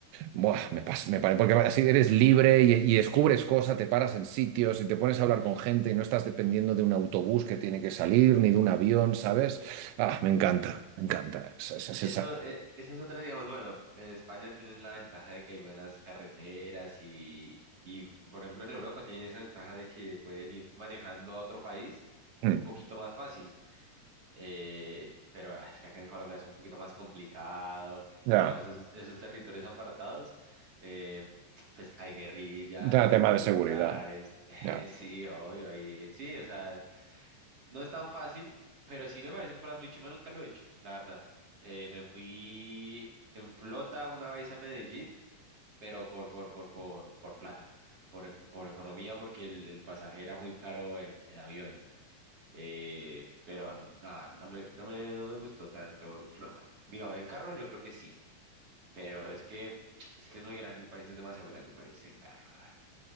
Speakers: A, on the right (about 80°); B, on the right (about 50°).
A: buah, me pas- me pare- porque así eres libre y, y descubres cosas, te paras en sitios y te pones a hablar con gente y no estás dependiendo de un autobús que tiene que salir ni de un avión, ¿sabes? Ah, me encanta, me encanta. Esa, esa,
B: Eso,
A: esa-
B: eh, esa es otra, digamos, bueno, en España tienes la ventaja de que hay buenas carreteras y, y, por ejemplo, en Europa tienen esa ventaja de que pueden ir manejando a otro país
A: Mm,
B: un poquito más fácil. Eh, pero ah, es que acá en Colombia es un poquito más complicado
A: ya,
B: y, digamos, esos, esos territorios apartados, eh, pues hay guerrilla,
A: ya,
B: hay paramilitares,
A: tema de seguridad.
B: <laughs>
A: ya
B: sí, obvio, hay, sí, o sea, no es tan fácil, pero sí me parece un plan muy chimba, nunca lo he hecho, la verdad. Eh, me fui en flota una vez a Medellín, pero por, por, por, por, por plata, por, eco- por economía, porque el, el pasaje era muy caro en, en avión. Eh, pero nada, no me, no me, no me gustó tanto en flota. Digo, en carro yo creo que sí, pero es que, <tsk> es que es muy grande, el país es demasiado grande para irse en carro, la verdad.